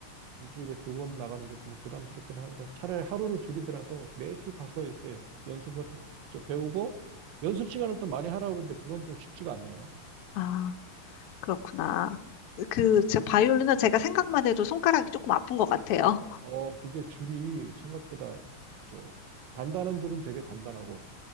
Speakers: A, on the right; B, on the left.
A: 일주일에 두 번 나가는 것도 좀 부담스럽긴 하는데 차라리 하루를 줄이더라도 매주 가서 이렇게 연습을 하- 저 배우고 연습 시간을 또 많이 하라 그러는데 그건 좀 쉽지가 않네요.
B: 아, 그렇구나. 그,
A: 네.
B: 제 바이올린은 제가 생각만 해도 손가락이 조금 아픈 것 같아요.
A: 어, 그게 줄이 생각보다 저 단단한 줄은 되게 단단하고